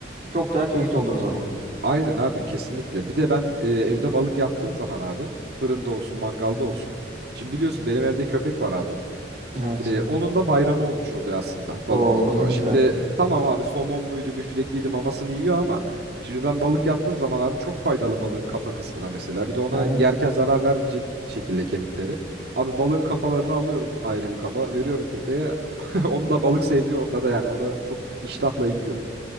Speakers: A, on the right (about 40°); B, on the right (about 55°).
A: Çok daha keyifli olur o zaman.
B: Aynen abi kesinlikle. Bir de ben e, evde balık yaptığım zaman abi fırında olsun mangalda olsun. Şimdi biliyorsun benim evde köpek var abi.
A: Evet.
B: E, onun da bayramı olmuş oluyor aslında balık
A: Oo
B: olduğu zaman.
A: ne güzel.
B: Şimdi tamam abi somonluydu biftekliydi mamasını yiyor ama şimdi ben balık yaptığım zaman abi çok faydalı balığın kafa kısmı da mesela. Bir de ona
A: Evet.
B: yerken zarar vermeyecek şekilde kemikleri. Abi balığın kafalarını alıyorum ayrı bir kaba veriyorum köpeğe. <laughs> Onun da balık sevdiği ortada yani o da çok iştahla yiyor.